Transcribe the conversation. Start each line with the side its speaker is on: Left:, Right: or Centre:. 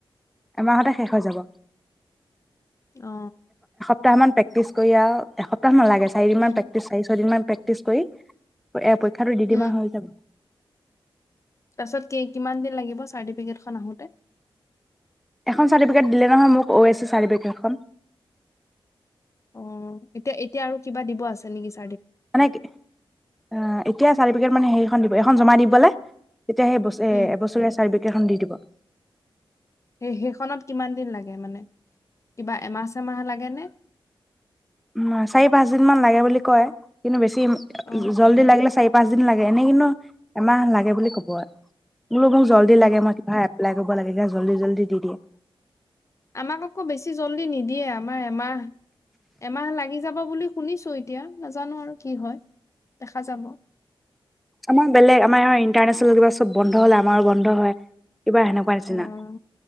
Centre: এমাহতে শেষ হৈ যাব
Left: অ
Centre: সপ্তাহান প্ৰেক্টিছ কৰি আৰু এস্তাহ মান লাগে চাৰিদিন
Left: উম
Centre: মান প্ৰেকটিচ, চাৰি, ছয়দিনমান প্ৰেক্টিচ কৰি, এয়া খাটো দিদিমাহ
Left: উম
Centre: হৈ যাব।
Left: তাৰপিছত কেই, কিমান দিন লাগিব চাৰ্টিফিকেট খন আহোঁতে?
Centre: এখন চাৰ্টিফিকেট দিলে নহয় মোক, ওএছে চাৰ্টিফিকেট খন।
Left: অ', এতিয়া, এতিয়া আৰু কিবা দিব আছে নেকি, চা
Centre: আনেকে, অ', এত তিয়া চাৰ্টিফিকেট মানে সেইখন দিব, এইখন জমা দি পেলাই তেতিয়া সে বছীয়া,
Left: উম
Centre: এবছৰীয়া চাৰ্টিফিকেখন দি দিব। <inaudible>
Left: সেই সেইখনত কিমান দিন লাগে, মানে কিবা এমাহ, চেমাহ লাগেনে?
Centre: উ, চাৰি, পাঁচ দিন মান লাগে বুলি কয়, কিন্তু বেছি
Left: অ
Centre: জল্দি লাগিলে চাৰি, পাঁচ দিন লাগে, এনেই কিন্তু এমাহ লাগে বুলি ক'ব আৰু বুলো মোক জল্দি
Left: অ
Centre: লাগে, মই কিবা এপ্লাই কৰিব ক'ব লাগে, তেতিয়া জল্দিজল্দি দি দিয়ে।
Left: আমাক আকৌ বেছি জল্দি নিদিয়ে, আমাৰ এমাহ, এমাহ লাগি যাব বুলি শুনিছো এতিয়া নাজানো আৰু কি হয়, দেখা যাব।
Centre: আমাৰ বেলেগ আমাৰ এওৰ ইণ্টাৰনেশ্যনেল কিবা চব বন্ধ হ'লে আমাৰো বন্ধ হয়। কিবা সেনেকুৱা নিচিনা।
Left: অহ,